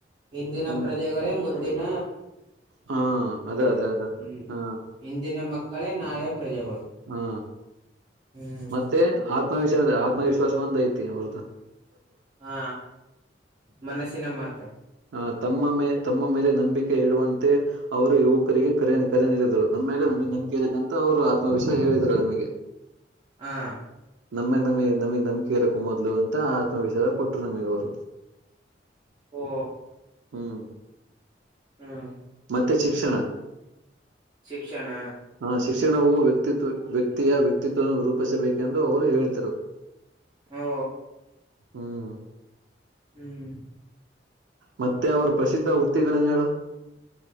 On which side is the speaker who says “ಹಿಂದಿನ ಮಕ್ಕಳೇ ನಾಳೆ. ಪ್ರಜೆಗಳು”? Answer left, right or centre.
Right